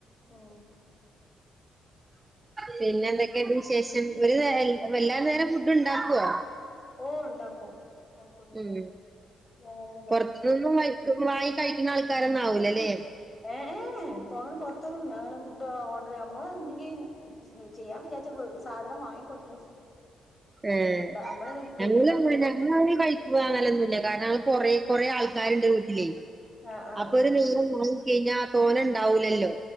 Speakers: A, on the left; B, on the right.
A: ഉം
B: പിന്നെ എന്തൊക്കെണ്ട് വിശേഷം? ഒരു നേ എല്ലാ നേരം ഫുഡ് ഉണ്ടാക്കോ?
A: ഓ ഉണ്ടാക്കും കൊഴപ്പൊന്നുല്ല
B: ഉം.
A: വേറെന്താക്കുപ്പോ
B: പുറത്ത്‌ന്ന്ന്നൊന്നും വാങ്ങി ത്ന്ന് വാങ്ങി കഴിക്കുന്ന ആൾക്കാരൊന്നാവൂലല്ലേ?
A: ഏഹ് ഏഹ്. ഇപ്പൊ അങ്ങനെ പൊറത്തൊന്നും അങ്ങനെ ഫുഡ് ഓർഡർ, നമ്മളാടെ ണ്ടെങ്കിൽ. ചെയ്യാൻ വിചാരിച്ചാ സാധനം വാങ്ങിക്കൊണ്ടരും.
B: ഏഹ്
A: ഇണ്ടാ നമ്മളന്നെ കുക്ക്
B: ഞങ്ങള്
A: ചെയ്ത് ഇണ്ടാക്കും
B: അങ്ങനെ ഞങ്ങൾ അങ്ങനെ കഴി വാങ്ങലൊന്നുല്ല. കാരണം കൊറെ കുറേ ആൾക്കാരുണ്ട് വീട്ടിലേ.
A: ആ ആ
B: അപ്പൊ
A: ആ
B: ഒരു നീളം വാങ്ങിക്കഴിഞ്ഞാ തോനെണ്ടാവൂലല്ലോ